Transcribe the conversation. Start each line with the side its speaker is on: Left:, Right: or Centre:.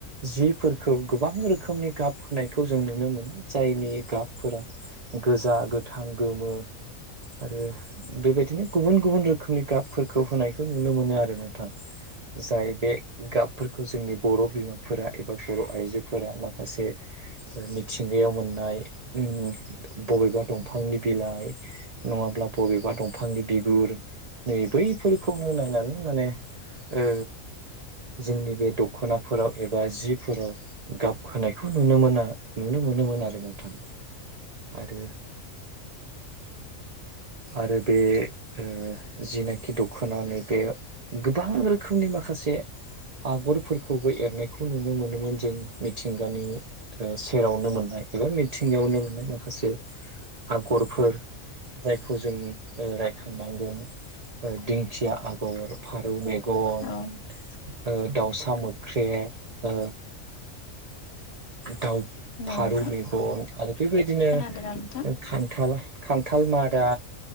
Right: जिफोरखौ गोबां रोखोमनि गाब होनायखौ जों नुनो मोनो जायनि गाबफोरा गोजा गोथां गोमो आरो बेबायदिनो गुबुन गुबुन रोखोमनि गाबफोरखौ होनायखौ नुनो मोनो आरो नोंथां जाय बे गाब फोरखौ जोंनि बर' बिमाफोरा एबा बर' आइजोफोरा माखासे ओ मिथिंगायाव मोननाय उम बबेबा दंफांनि बिलाइ नङाब ब्ला बबेबा दंफांनि बिगुर नै बैफोरखौनो नायनानै माने ओ जोंनि बे दख'नाफोराव एबा जिफोराव गाब होनायखौ नुनो मोना नुनो मोनोमोन आरो नोंथां आरो आरो बे ओ जिनाखि दखना नैबे गोबां रोखोमनि माखासे आगरफोरखौबो एरनायखौ नुनो मोनोमोन जों मिथिंगानि ओ सेरावनो मोननाय एबा मिथिंगायावनो मोननाय माखासे आगरफोर जायखौ जों ओ रायखांनांगोन ओ दिंखिया आगर फारौ मेग गन
Left: औ
Right: ओ दाउसा मोख्रेब ओ दाव
Left: हेलौ
Right: फारौ
Left: नोंथां
Right: मेगन आरो बेबायदिनो
Left: खोनादोंना नोंथां?
Right: ओ खान्थाल खान्थाल मादा